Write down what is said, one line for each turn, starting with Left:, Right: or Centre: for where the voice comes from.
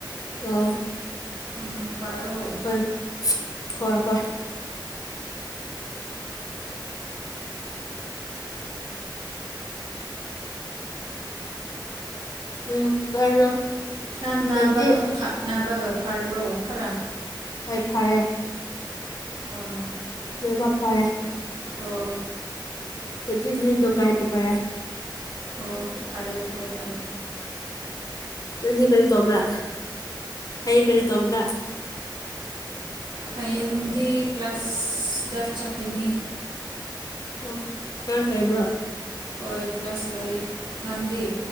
Left: ꯑꯣ
Right: ꯎꯝ ꯄꯥꯔꯣ
Left: ꯍꯣꯏ ꯍꯣꯏ ꯍꯣꯏ ꯎꯝ ꯀꯩꯅꯣ
Right: ꯅꯪ ꯅꯥꯕꯒ
Left: ꯅꯪꯗꯤ
Right: ꯅꯥꯕꯒ ꯐꯥꯔꯕ꯭ꯔꯣ ꯈꯔꯥ
Left: ꯍꯣꯏ ꯐꯔꯦ
Right: ꯑꯥ
Left: ꯂꯣꯢꯅꯃꯛ ꯐꯥꯔꯦ
Right: ꯑꯣ
Left: ꯍꯨꯖꯤꯛꯗꯤ ꯗꯣꯛꯇꯔ ꯑꯣꯏꯒꯔꯦ
Right: ꯑꯣ ꯐꯔꯦ ꯐꯔꯦ ꯐꯔꯦ
Left: ꯗꯨꯗꯤ ꯀꯔꯤ ꯇꯧꯕꯔꯥ ꯍꯥꯌꯦꯡ ꯀꯔꯤ ꯇꯧꯕꯔꯥ
Right: ꯍꯌꯦꯡꯗꯤ ꯀ꯭ꯂꯥꯁ ꯇꯦꯁ ꯆꯠꯀꯅꯤ
Left: ꯑꯣ ꯈꯔ ꯍꯩꯕꯔꯣ
Right: ꯍꯣꯏ ꯀꯂꯥꯁ ꯂꯩꯌꯦ ꯅꯪꯗꯤ